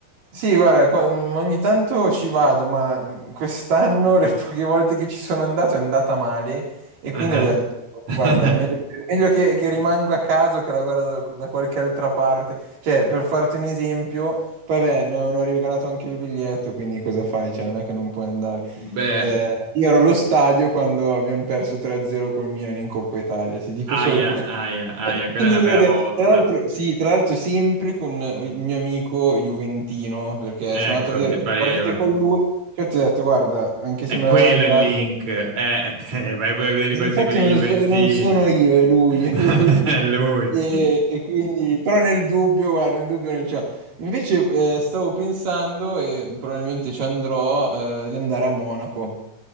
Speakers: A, on the right (about 80°); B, on the right (about 55°).
A: Sì, guarda, qua- mm, ogni tanto ci vado, ma mh, quest'anno <laughs> le poche volte che ci sono andato è andata male e
B: Ah,
A: quindi ho detto,
B: ah.
A: guarda, è meglio,
B: <laughs>
A: è meglio che, che rimango a casa o che la guardo da, da qualche altra parte. Cioè, per farti un esempio, poi vabbè, mi avevano regalato anche il biglietto, quindi cosa fai? Cioè, non è che non puoi andare.
B: Beh,
A: Eh, io ero allo stadio quando abbiamo perso 3-0 col Milan in Coppa Italia, ti dico
B: aia,
A: solo <laughs> questo.
B: aia, aia,
A: E
B: quella
A: <laughs> Quindi
B: è una
A: lì
B: bella
A: ho detto-
B: botta.
A: tra l'altro, sì, tra l'altro sempre con il mio amico Juventino, perché
B: Ecco,
A: sono andato a vedere
B: ti
A: le
B: pareva.
A: partite con lui, cioè ti ho detto, guarda, anche
B: È
A: se me
B: quello
A: l'aveva regalato,
B: il link. Eh, eh, vai pure a vedere
A: eh,
B: i partiti
A: infatti
B: con gli
A: non,
B: Juventini.
A: so- non sono io, è lui,
B: <laughs>
A: è lui. <laughs>
B: È lui.
A: E, e quindi, però nel dubbio, guarda, nel dubbio non c'è. Invece eh, stavo pensando, e probabilmente ci andrò, eh, di andare a Monaco.